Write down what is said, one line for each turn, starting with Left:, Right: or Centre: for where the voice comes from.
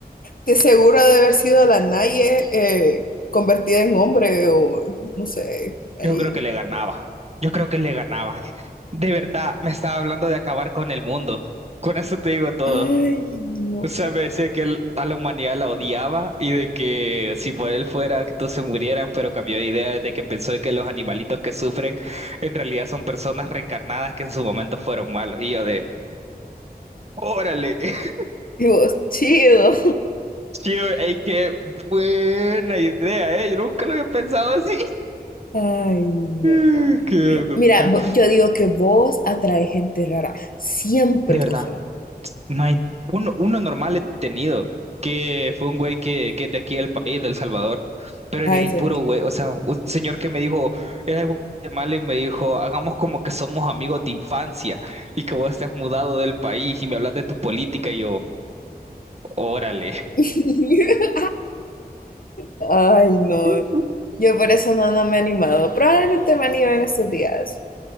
Left: que seguro ha de haber sido la Naye eh, convertida en hombre o no sé, ahí.
Right: Yo creo que le ganaba. Yo creo que le ganabas. De verdad, me estaba hablando de acabar con el mundo. Con eso te digo todo.
Left: Ay, no.
Right: O sea, me decía que él a la humanidad la odiaba y de que si por él fuera que todos se murieran, pero cambió de idea desde que pensó de que los animalitos que sufren en realidad son personas reencarnadas que en su momento fueron malos. Y yo de, órale, <laughs>
Left: Y vos, chido.
Right: tío, ey, qué buena idea, eh. Yo nunca lo había pensado así.
Left: Ay,
Right: <laughs>
Left: no.
Right: Qué... verdad.
Left: Mira, vo- yo digo que vos atrae gente rara. Siempre,
Right: De verdad.
Left: Josué.
Right: No hay uno, uno normal he tenido, que fue un güey que, que es de aquí del país, del Salvador, pero
Left: Ah,
Right: de
Left: en
Right: ahí
Left: serio.
Right: puro güey, o sea, un señor que me dijo, era de Guatemala y me dijo, hagamos como que somos amigos de infancia y que vos te has mudado del país y me hablas de tu política y yo, órale.
Left: <laughs> Ay, no.
Right: <laughs>
Left: Yo por eso no, no me he animado. Probablemente me anime en estos días.